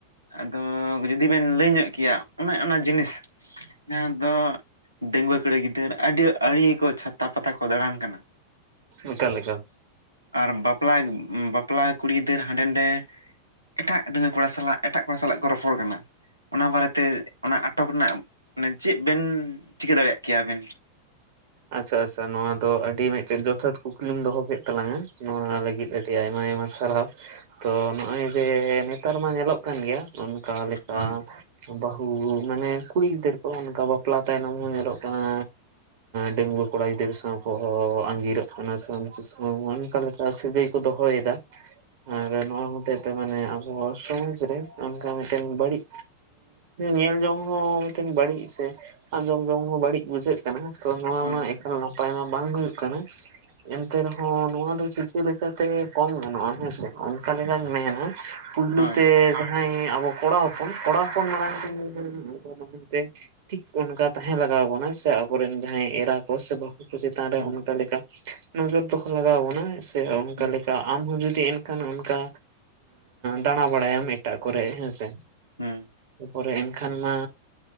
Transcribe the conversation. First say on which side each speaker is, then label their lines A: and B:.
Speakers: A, on the right; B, on the right.
A: ᱟᱫᱚ ᱡᱩᱫᱤ ᱵᱮᱱ ᱞᱟᱹᱭ ᱧᱚᱜ ᱠᱮᱭᱟ ᱚᱱᱮ ᱚᱱᱟ ᱡᱤᱱᱤᱥ ᱡᱟᱦᱟᱸ ᱫᱚ ᱰᱟᱺᱜᱣᱟᱹ ᱠᱩᱲᱤ ᱜᱤᱫᱟᱹᱨ ᱟᱹᱰᱤ ᱠᱚ ᱪᱷᱟᱛᱟ ᱯᱟᱛᱟ ᱠᱚ ᱫᱟᱬᱟᱱ ᱠᱟᱱᱟ
B: ᱚᱠᱟ ᱞᱮᱠᱟ?
A: ᱟᱨ ᱵᱟᱯᱞᱟ ᱵᱟᱯᱞᱟ ᱠᱩᱲᱤ ᱜᱤᱫᱟᱹᱨ ᱦᱟᱸᱰᱮ ᱱᱟᱰᱮ ᱮᱴᱟᱜ <inaudible> ᱠᱚᱲᱟ ᱥᱟᱞᱟᱜ ᱮᱴᱟᱜ ᱠᱚᱲᱟ ᱥᱟᱞᱟᱜ ᱠᱚ ᱨᱚᱯᱚᱲ ᱠᱟᱱᱟ ᱚᱱᱟ ᱵᱟᱨᱮᱛᱮ ᱚᱱᱟ ᱟᱴᱚᱠ ᱨᱮᱱᱟᱜ ᱢᱟᱱᱮ ᱪᱮᱫ ᱵᱮᱱ ᱪᱤᱠᱟᱹ ᱫᱟᱲᱮᱭᱟᱜ ᱠᱮᱭᱟᱵᱤᱱ
B: ᱟᱪᱪᱷᱟ ᱟᱪᱪᱷᱟ ᱱᱚᱣᱟ ᱫᱚ ᱟᱹᱰᱤ ᱢᱤᱫᱴᱮᱡ ᱡᱚᱛᱷᱟᱛ ᱠᱩᱠᱞᱤᱢ ᱫᱚᱦᱚ ᱠᱮᱫ ᱛᱟᱞᱟᱝᱟ ᱱᱚᱣᱟ ᱞᱟᱹᱜᱤᱫ ᱟᱹᱰᱤ ᱟᱭᱢᱟ ᱟᱭᱢᱟ ᱥᱟᱨᱦᱟᱣ ᱛᱚ ᱱᱚᱜᱼᱚᱭ ᱡᱮ ᱱᱮᱛᱟᱨ ᱢᱟ ᱧᱮᱞᱚᱜ ᱠᱟᱱ ᱜᱮᱭᱟ ᱠᱟᱞᱮᱠᱟ
A: ᱦᱳᱭ
B: ᱵᱟᱹᱦᱩ ᱢᱟᱱᱮ ᱠᱩᱲᱤ ᱜᱤᱫᱟᱹᱨ ᱠᱚ ᱚᱱᱠᱟ ᱵᱟᱯᱞᱟ ᱛᱟᱭᱱᱚᱢ ᱦᱚᱸ ᱧᱮᱞᱚᱜ ᱠᱟᱱᱟ ᱰᱟᱹᱝᱜᱩᱟᱹ ᱠᱚᱲᱟ ᱜᱤᱫᱽᱨᱟᱹ ᱥᱟᱶ ᱠᱚ ᱟᱸᱜᱤᱨᱚᱜ ᱠᱟᱱᱟ ᱥᱮ ᱩᱱᱠᱩ ᱚᱱᱠᱟ ᱞᱮᱠᱟ ᱥᱟᱹᱜᱟᱹᱭ ᱠᱚ ᱫᱚᱦᱚᱭᱮᱫᱟ <inaudible>
A: ᱦᱮᱸ
B: ᱱᱚᱣᱟ ᱦᱚᱛᱮᱡ ᱛᱮ ᱢᱟᱱᱮ ᱟᱵᱚ ᱥᱚᱢᱟᱡᱽ ᱨᱮ ᱚᱱᱠᱟ ᱢᱤᱫᱴᱮᱱ ᱵᱟᱹᱲᱤᱡ ᱧᱮᱞ ᱡᱚᱝ ᱦᱚᱸ ᱢᱤᱫᱴᱟᱝ ᱵᱟᱹᱲᱤᱡ ᱥᱮ ᱟᱸᱡᱚᱢ ᱡᱚᱝ ᱦᱚᱸ ᱵᱟᱹᱲᱤᱡ ᱵᱩᱡᱷᱟᱹᱜ ᱠᱟᱱᱟ ᱛᱚ ᱱᱚᱣᱟ
A: ᱦᱳᱭ
B: ᱢᱟ ᱮᱠᱟᱞ ᱱᱟᱯᱟᱭ ᱢᱟ ᱵᱟᱝ ᱦᱩᱭᱩᱜ ᱠᱟᱱᱟ- ᱮᱱᱛᱮ ᱨᱮᱦᱚᱸ ᱱᱚᱣᱟ ᱫᱚ ᱪᱤᱠᱟᱹ ᱞᱮᱠᱟᱛᱮ ᱠᱚᱢ ᱜᱟᱱᱚᱜᱼᱟ ᱦᱮᱸᱥᱮ ᱚᱱᱠᱟ ᱞᱮᱠᱟᱧ ᱢᱮᱱᱟ- ᱯᱩᱭᱞᱩ
A: ᱦᱳᱭ
B: ᱛᱮ ᱡᱟᱦᱟᱸᱭ ᱟᱵᱚ ᱠᱚᱲᱟ ᱦᱚᱯᱚᱱ ᱠᱚᱲᱟ ᱦᱚᱯᱚᱱ ᱢᱟᱲᱟᱝ ᱛᱮ <inaudible> ᱛᱮ ᱴᱷᱤᱠ ᱚᱱᱠᱟ ᱛᱟᱦᱮᱸ ᱞᱟᱜᱟᱣ ᱵᱚᱱᱟ ᱥᱮ ᱟᱵᱚᱨᱮᱱ ᱡᱟᱦᱟᱸᱭ ᱮᱨᱟ ᱠᱚ ᱥᱮ ᱵᱟᱦᱩ ᱠᱚ ᱪᱮᱛᱟᱱ ᱨᱮ
A: ᱦᱩᱸ
B: ᱚᱱᱠᱟ ᱞᱮᱠᱟ ᱱᱚᱡᱚᱨ ᱫᱚᱦᱚ ᱞᱟᱜᱟᱣ ᱵᱚᱱᱟ ᱥᱮ ᱚᱱᱠᱟ
A: ᱦᱩᱸ
B: ᱞᱮᱠᱟ ᱟᱢ ᱦᱚᱸ ᱡᱩᱫᱤ ᱮᱱᱠᱷᱟᱱ ᱚᱱᱠᱟ ᱫᱟᱬᱟ ᱵᱟᱲᱟᱭᱟᱢ ᱮᱴᱟᱜ ᱠᱚᱨᱮ ᱦᱮᱸᱥᱮ,
A: ᱦᱩᱸ
B: ᱛᱟᱯᱚᱨᱮ ᱮᱱᱠᱷᱟᱱ ᱢᱟ